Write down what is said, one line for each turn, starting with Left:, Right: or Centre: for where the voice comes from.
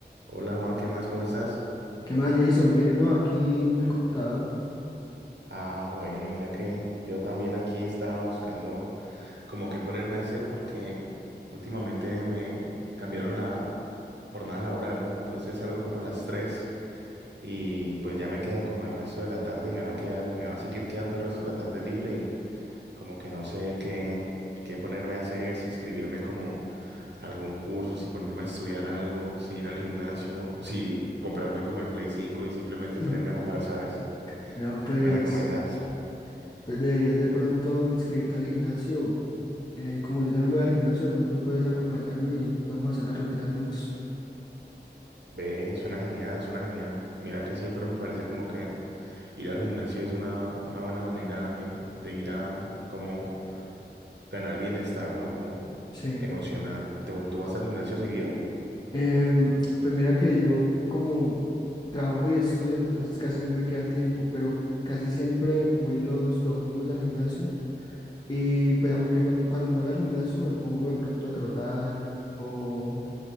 Right: Hola Juan, ¿qué más? ¿Cómo estás?
Left: ¿Qué más, Jason? Bien, ¿no? Aquí en el computador.
Right: Ah, bueno, mira que yo también aquí estaba buscando como qué ponerme a hacer porque últimamente me cambiaron la jornada laboral, ¿no? Entonces salgo como a las 3 y pues ya me queda como el resto de la tarde y me va a quedar, me va a seguir quedando el resto de la tarde libre y como que no sé qué, qué ponerme a hacer, si inscribirme como a algún curso, si ponerme a estudiar algo, si ir al gimnasio o si comprarme como el Play cinco y simplemente
Left: <laughs>
Right: ponerme a jugar, ¿sabes?
Left: No, pues,
Right: ¿Qué me recomendás?
Left: pues deberías de pronto inscribirte al gimnasio. Eh, como yo también voy al gimnasio, de pronto puedes acompañarme y podemos hacer las rutinas juntos.
Right: Ve, suena genial, suena genial. Mira que siempre me parece como que ir al gimnasio es una, una buena manera de, de ir a como ganar bienestar, ¿no? Como
Left: Sí.
Right: emocional. ¿Tú, tú vas al gimnasio seguido?
Left: Em, pues mira que yo como trabajo y estudio, entonces casi no me queda tiempo, pero casi siempre voy los domingos al gimnasio. Y pues aunque cuando, cuando no voy al gimnasio me pongo de pronto a trotar o,